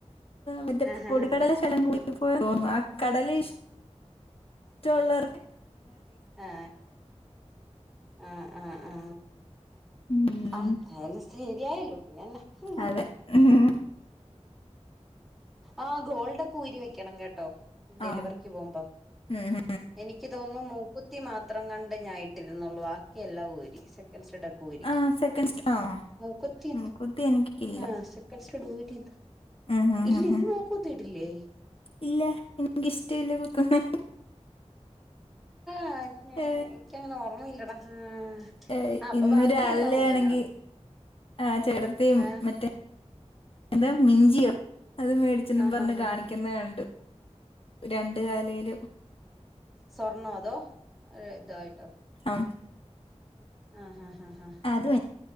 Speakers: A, on the left; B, in the centre.
A: മറ്റ
B: ആഹ്
A: പൊടിക്കടല
B: ആഹ്
A: ഷലം കൂടി പോ തോന്ന കടല ഇഷ് ടോള്ളർക്ക്
B: ആ അ അ ആ
A: ഉം,
B: ആത്ത എല്ല സെ ദ്യായല്ലോ പിന്നല്ല ഉ
A: അതെ ഉം,
B: ആ ഗോൾഡൊക്കെ ഊരി വെക്കണം കേട്ടോ ഡെലിവറിക്ക്
A: ആ
B: പോകുമ്പോ
A: ഉം.
B: എനിക്ക് തോന്നുന്നു മൂ കുത്തി മാത്രം കണ്ട് ഞായിട്ടിരുന്നുള്ളൂ വാ എല്ലാം ഊരി സെക്കൻ സ്റ്റഡൊക്കെ ഊരി
A: ആ സെക്കൻഡ് ആ
B: മൂക്കുത്തി
A: ഉം, കുത്തി എനിക്കില്ല
B: ആ സെക്കൻ്റ് സ്റ്റഡ്ഡ് ഊരി
A: ഉം, ഉം,
B: ഇല്ല
A: ഉം,
B: നീ
A: ഉം.
B: മൂക്കൂത്തിയിട്ടില്ലേ
A: ഇല്ല എനക്കിഷ്ടല്ല കുത്തുന്നെ
B: ആ ഞാ
A: ഏ,
B: എനിക്കങ്ങനെ ഓർമ്മയില്ലടാ ആ
A: ഏ
B: ആ അപ്പൊ
A: ഇന്ന്
B: ബാക്കിയെല്ലാം
A: രാവിലെ
B: ഊരണം
A: ആണെങ്കി ആ ചേട്ടത്തിയും
B: ആ
A: മറ്റേ എന്താ മിഞ്ചിയോ അത് മേടിച്ചന്നെന്നും
B: ആ
A: പറഞ്ഞ്
B: ഹാ ഹാ
A: കാണിക്കുന്ന
B: ഹാ
A: കണ്ട് രണ്ട് കാലേലും
B: സ്വർണോ അതോ ഇതായിട്ടോ
A: ആ
B: ആഹ് ആ ആ
A: അതും